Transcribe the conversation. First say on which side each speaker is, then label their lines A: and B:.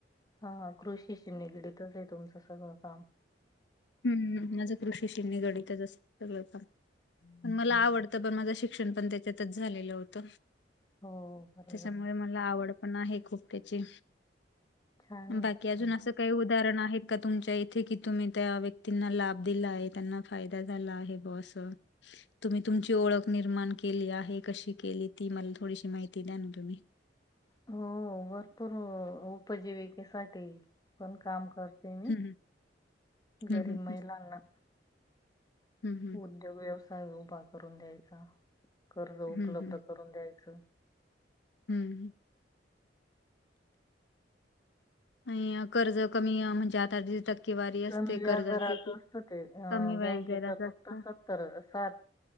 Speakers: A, on the left; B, on the left.
A: हा कृषीशी निगडीतच आहे तुमच सगळ काम.
B: हम्म, माझ कृषीशि निगडीतच असत सगळ काम. पण मला आवडत पण. माझ शिक्षण पण त्याच्यातच झालेल होत.
A: हो बरोबर
B: त्याच्यामुळे
A: आहे.
B: मला आवड पण आहे खूप त्याची.
A: छान आहे
B: बाकी अजून
A: काम
B: अस काही उदाहरण आहेत का तुमच्या इथे की तुम्ही त्यावे तीना लाभ दिला आहे त्यांना फायदा झाला आहे बवा अस. तुम्ही तुमची ओळख निर्माण केली आहे कशी केली ती मला थोडीशी माहिती द्या ना तुम्ही.
A: हो हो भरपूर उपजीविकेसाठी पण काम कर ते मी.
B: हम्म हम्म
A: गरीब
B: हम्म
A: महिलांना
B: हम्म
A: उद्योग व्यवसाय उभा करून द्यायचा. कर्ज उपलब्ध
B: हम्म हम्म
A: करून द्यायच.
B: हम्म आणि कर्ज कमी म्हणजे आता टक्केवारी असते
A: कमी व्याजदराच
B: कर्जाची ती
A: असत ते.
B: कमी व्याज
A: बँकेच
B: दराच
A: फक्त
B: असत
A: सत्तर सात,